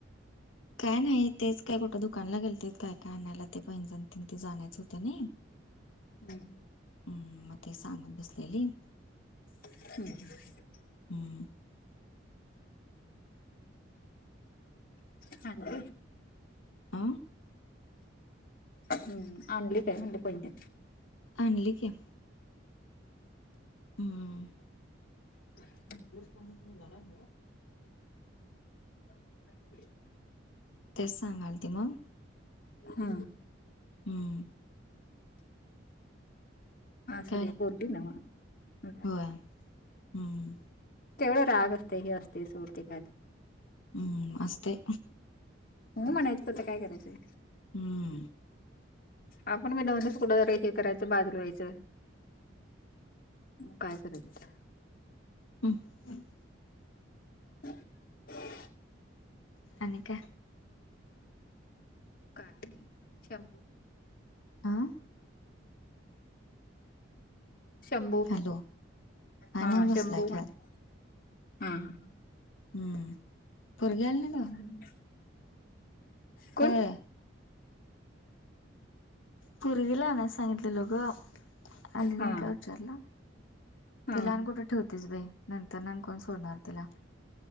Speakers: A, on the left; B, on the left.
A: काय नाही. तेच काय कुठं दुकानला गेलतीत, काय काय आणायला. ते पैंजण तेन तिचं आणायचं होतं नई.
B: हम्.
A: हम्, मग ते सांगत बसलेली.
B: हम् हम् हम्.
A: हम्म.
B: चालतंय.
A: आ
B: हम्म, आणली का म्हणलं पैंजण.
A: आणली की. हम्म.
B: <inaudible>
A: कलेस क तून जा ह
B: <inaudible>
A: तेच सांगालती मग.
B: हम्.
A: हम्म्म.
B: असुदे
A: काल
B: बोलली नव्हं मग,
A: होय हम्म,
B: तेवढ राग असतं. तेही असतंय सोड, ते काय आता.
A: हम्म असतंय.
B: हम्म म्हणायचं, आता काय करायचंय.
A: हम्म.
B: आपण पण दोन दिवस कुठतरी हे करायचं बाजुला व्हायचं. म काय करायचं.
A: हम. <unintelligible>
B: <unintelligible>
A: आणि काय.
B: काय नाही, शंभू.
A: आं
B: शंभू,
A: हॅलो
B: हा
A: नव बसलाय
B: शंभू म्हणलं,
A: काय
B: हा ह ह.
A: हम्म, पोरगी आली नाही
B: हा
A: तवा. <unintelligible>
B: कोण
A: ह पोरगीला आणायला सांगितलेलो ग. आणली नाही
B: हा
A: काय विचारलो,
B: हा
A: तिला आणि कुठ ठेवतेच बाई, नंतरन आणि कोण सोडणार तिला.